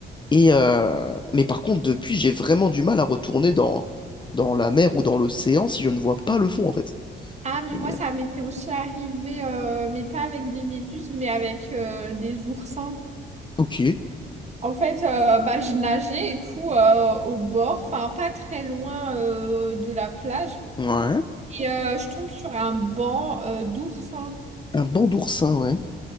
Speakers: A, on the left (about 25°); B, on the right (about 35°).
A: Et euh, mais par contre depuis j'ai vraiment du mal à retourner dans dans la mer ou dans l'océan si je ne vois pas le fond en fait.
B: Ah, mais
A: Et,
B: moi, ça
A: euh,
B: m'était aussi arrivé, euh, mais pas avec des méduses, mais avec euh, des oursins.
A: ok.
B: En fait, euh, bah, je nageais et tout euh, au bord, enfin pas très loin euh, de la plage.
A: Ouais.
B: Et euh, je tombe sur un banc euh, d'oursins.
A: Un banc d'oursin, ouais.